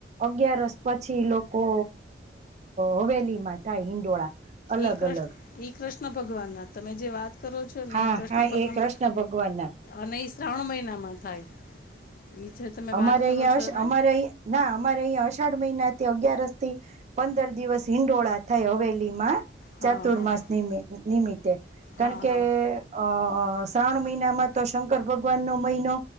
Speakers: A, on the right; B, on the left.
A: અગિયારસ પછી લોક કો હવેલીમાં થાય હિંડોળા. અલગ
B: ઈ કૃષ્ણ
A: અલગ
B: ઈ કૃષ્ણ ભગવાનના તમે જે વાત કરો છોને
A: હા
B: ઈ કૃષ્ણ
A: હા
B: ભગવાન
A: એ કૃષ્ણ ભગવાન ના
B: અને ઈ શ્રાવણ મહિનામાં થાય. એ જે તમે
A: અમારે
B: વાત કરો
A: અહીયાં
B: છો ને
A: અમારે અહીં ના અમારે અહીં અષાઢ મહિના અગિયારસથી પંદર દિવસ હિંડોળા થાય હવેલીમાં.
B: હા
A: ચાતુર્માસ
B: હા
A: નિમિત નિમિત્તે કારણ
B: હા
A: કે
B: હા
A: અ અ શ્રાવણ મહિનામાં તો શંકર ભગવાનનો મહિનો.